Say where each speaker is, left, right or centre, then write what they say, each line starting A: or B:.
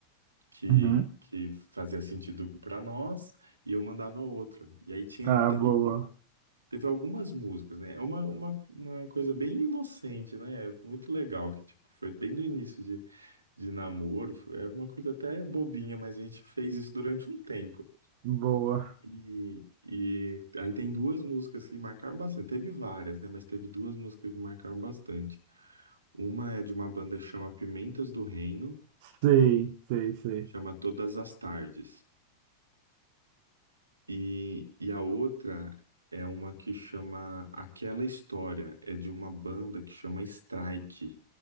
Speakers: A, on the right; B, on the right.
A: que,
B: Uhum.
A: que fazia sentido para nós e eu mandava outra. E aí tinha,
B: Ah,
A: teve,
B: boa.
A: do- teve algumas músicas, né? É uma, uma, uma coisa bem inocente, né? É Muito legal, que tipo, foi bem do início de, de namoro, foi- é uma coisa até bobinha, mas a gente fez isso durante um tempo.
B: Boa.
A: E, e aí tem duas músicas que marcaram bastante. Teve várias, né? Mas teve duas músicas que marcaram bastante. Uma é de uma banda que chama Pimentas do Reino,
B: Sei, sei, sei.
A: chama Todas as Tardes. E, e a outra é uma que chama Aquela História, é de uma banda que chama Strike.